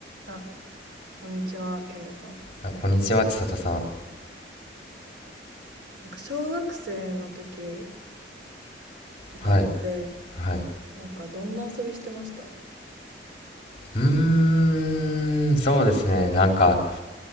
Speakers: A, on the right; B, on the left.
A: あ、こんにちは、慶吾さん。
B: あ、こんにちは、千里さん。
A: なんか小学生の時とかって、
B: はい。はい。
A: なんかどんな遊びしてました
B: うーん、そうですね。なんか、